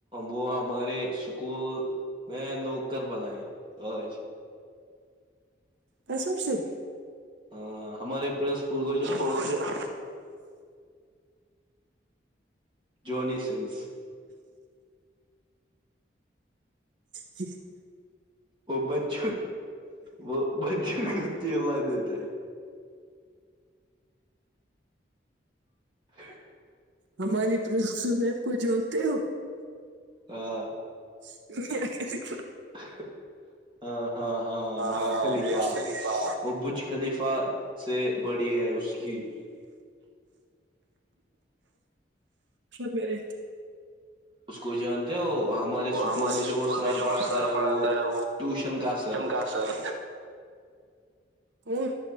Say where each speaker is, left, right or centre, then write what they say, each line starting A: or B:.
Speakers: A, on the right; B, on the right.
A: وہ ہمارے اسکول میں نوکر بناہے آج
B: قسم سے
A: ہاں ہمارے پرنسپل کو
B: اسکول
A: جانتے
B: ہو جو <inaudible>
A: جونی سنس
B: جی <inaudible>
A: وہ بچچ وہ ب <inaudible> چلا دیتا ہے <inaudible> <inaudible>
B: ہماری پرنسپل میم کو جانتے ہو
A: ہاں
B: نہیں <inaudible>
A: ہ <inaudible> ہاں ہاں ہاں میاں
B: ہاں
A: خلیفہ
B: میا خلیفہ
A: وہ بج خلیفہ سے بڑی ہے اس کی
B: م رہے تھی
A: اس کو جان ہمارے اسکول
B: ہمارے
A: میں
B: اسکول
A: جو وہ سر
B: جو
A: پڑھا
B: سر
A: تھا ہے
B: پڑھاتا
A: وہ
B: ہے
A: ٹیوشن کا سر
B: کا سر کون